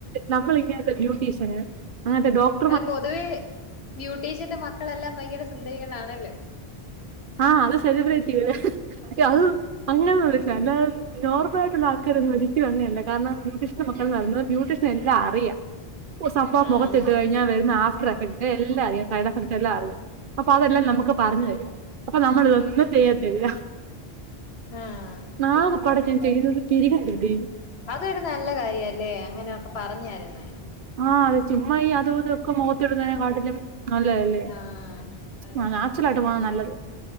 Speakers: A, on the right (about 60°); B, on the left (about 80°).
A: നമ്മൾ ഇങ്ങനത്തെ ബ്യൂട്ടീഷ്യന് അങ്ങനത്തെ ഡോക്
B: അല്ല പൊതുവെ ബ്യൂട്ടീഷ്യന്റെ മക്കളെല്ലാം ഭയങ്കര സുന്ദരികളാണല്ലോ
A: ആഹ അത് സെലിബ്രേറ്റികൾ അത് അങ്ങനെന്ന <unintelligible> നോർമൽ ആട്ടുള്ള ആൾക്കാരൊന്നു ഒരിക്കലും അങ്ങനെ അല്ല കാരണം ബ്യൂട്ടി ഷൻ മക്കൾ എന്ന് പറുന്നത് ബ്യട്ടീഷൻ എല്ലാം അറിയാം സംഭവം
B: ആഹ്
A: മുഖത്തിട്ട്ഴിഞ്ഞൽ വരുന്ന ആഫ്റ്റർ എഫക്ട് എല്ലാം അറിയാം സൈഡ് എഫക്ട് എല്ലാം അറിയാം അപ്പ അതെല്ലാം നമുക്ക് ഇക്ക പറഞ്ഞു
B: ആഹ്
A: തെരും അപ്പൊ നമ്മള് ഇതൊന്നും ചെയ്യത്തില്ല
B: ആഹ്
A: നാഗ പടക്കൻ ചെയ്തത് തിരികെകിട്ടി
B: അതൊരു നല്ല കാര്യാല്ലേ അങ്ങനെയൊക്കെ പറഞ്ഞ് എരന്നേ
A: ആഹ് അത് ചുമ്മാ ഈ അതും ഇതും ഒക്കെ മാെഖത്ത് ഇട്ന്നതിനെ കാട്ട്ലും അല്ലേ അല്ലേ
B: ആഹ് അതെ
A: ആഹ് നാച്ചാെറൽ ആയിട്ട് പോണതാ നല്ലത്